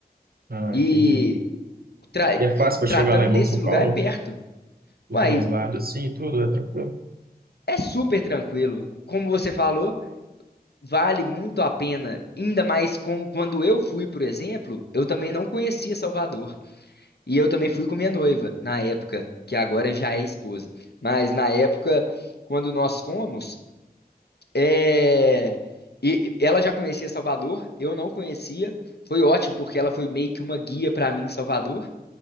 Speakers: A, on the right; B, on the left.
A: Ah,
B: E,
A: entendi.
B: tra-
A: E é
B: e
A: fácil para
B: tratando
A: chegar lá em Morro
B: desse
A: de São Paulo?
B: lugar é perto.
A: O
B: Uai,
A: translado assim, tudo, é tranquilo?
B: é super tranquilo. Como você falou. Vale muito a pena, ainda mais como quando eu fui, por exemplo, eu também não conhecia Salvador. E eu também fui com minha noiva, na época, que agora já é esposa. Mas na época, quando nós fomos, é, e ela já conhecia Salvador, eu não conhecia. Foi ótimo, porque ela foi meio que uma guia para mim em Salvador.